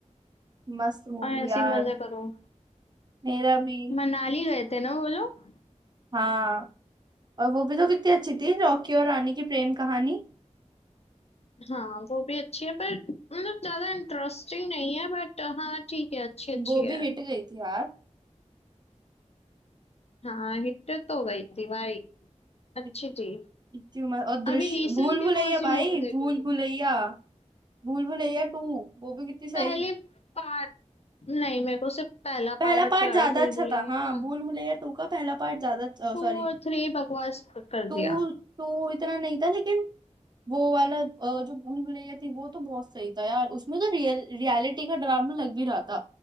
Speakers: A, on the right; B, on the left.
A: मस्त मूवी
B: और ऐसे
A: यार
B: ही मजे करूं
A: मेरा भी
B: मनाली गए थे ना वो लोग
A: हाँ और वो भी तो कितनी अच्छी थी रॉकी और रानी की प्रेम कहानी
B: हाँ वो भी अच्छी है पर मतलब ज्यादा इंटरेस्टिंग नहीं है बट हाँ ठीक है अच्छी अच्छी
A: वो भी
B: है
A: हिट गई थी यार
B: हाँ हिट तो गई थी भाई अच्छी
A: इत-
B: थी
A: इतनी उम्र और दृश्य
B: अभी रिसेंटली
A: भूल भुलैया
B: कौन सी
A: भाई
B: मूवी देखे
A: भूल
B: थे
A: भुलैया भूल भुलैया टू वो भी कितनी सही
B: पहले पार्ट नहीं मेरे को सिर्फ पहला
A: पहला
B: पार्ट अच्छा
A: पार्ट ज्यादा
B: लगा भूल
A: अच्छा
B: भुलैया
A: था हाँ
B: का
A: भूल भुलैया टू का पहला पार्ट ज्यादा
B: टू
A: सॉरी
B: और थ्री बकवास कर
A: टू
B: दिया
A: टू इतना नहीं था लेकिन वो वाला अ, जो भूल भुलैया थी वो तो बहुत सही था यार उसमें तो रियल रियलिटी का ड्रामा लग भी रहा था